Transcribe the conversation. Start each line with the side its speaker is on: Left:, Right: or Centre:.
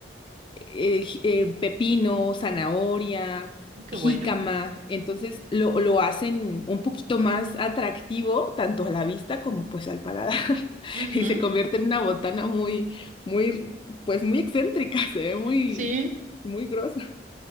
Left: eh, ji- eh, pepino, zanahoria,
Right: Qué
Left: jícama.
Right: bueno.
Left: Entonces lo, lo hacen un poquito más atractivo, tanto a la vista como pues al paladar. <laughs>
Right: Ujú,
Left: Y se convierte en una botana muy, muy, pues muy excéntrica, <laughs> se ve muy,
Right: Sí,
Left: muy grosa.